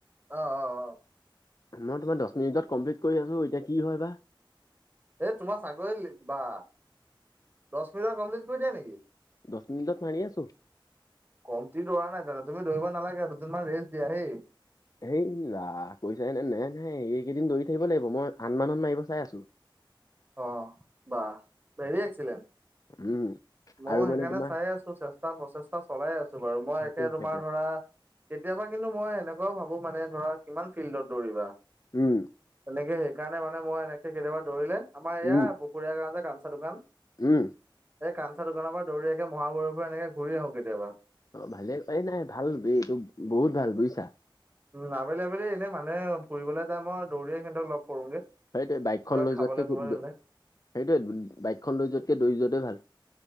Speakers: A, on the right (about 20°); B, on the left (about 45°).
A: অ, অ, অ'।
B: মই তোমাৰ দশ মিনিটত কমপ্লিট কৰি আছোঁ। এতিয়া কি হয় বা?
A: এই তোমাৰ চাকৰি লি বা, দশ মিনিটত কমপ্লিট কৰি দিয়া নেকি?
B: দশ মিনিটত মাৰি আছোঁ।
A: কমটি দৌৰা নাই তেন্তে, তুমি দৌৰিব নালাগে, দুদিনমান ৰেষ্ট দিয়া হেই।
B: হেই ৰা কৈছা হেনে নেহ, নেই এইকেইদিন দৌৰি থাকিব লাগিব। মই আঠ মানত মাৰিব চাই আছোঁ।
A: অহ, বাঃ, ভেৰি এক্সিলেন্ট।
B: উম।
A: ময়ো
B: আৰু মানে
A: সেইকাৰণে
B: তোমাৰ
A: চাই আছোঁ, চেষ্টা, প্ৰচেষ্টা চলাই আছোঁ বাৰু, মই
B: সেইটোৱে
A: একে তোমাৰ
B: সেইটোৱে
A: ধৰা কেতিয়াবা কিন্তু মই এনেকুৱাও ভাবোঁ মানে ধৰা, কিমান ফিল্ডত দৌৰিবা?
B: উম।
A: এনেকে সেইকাৰণে মানে মই এনেকে কেতিয়াবা দৌৰিলে, আমাৰ এয়া
B: উম
A: পুখুৰীয়া গাঁৱৰ যে কাঞ্চা দোকান
B: উম।
A: এই কাঞ্চা দোকানৰ পৰা দৌৰি একে, মহাভৈৰৱ পৰা এনেকে ঘূৰি আহো কেতিয়াবা।
B: অ', ভালে। এই নাই ভাল এইটো বহুত ভাল বুজিছা?
A: উম, আবেলি আবেলি এনেই মানুহে ফুৰিবলৈ যায়। মই দৌৰিয়ে সিহঁতক লগ কৰোগে।
B: সেইটোৱে বাইকখন
A: কিবা
B: লৈ
A: খাবলৈ
B: যোৱাতকে
A: কৰিবলৈ
B: সেইটোৱেই,
A: হ'লে।
B: সেইটোৱেই বাইকখন লৈ যোৱাতকে দৌৰি যোৱাটোৱে ভাল।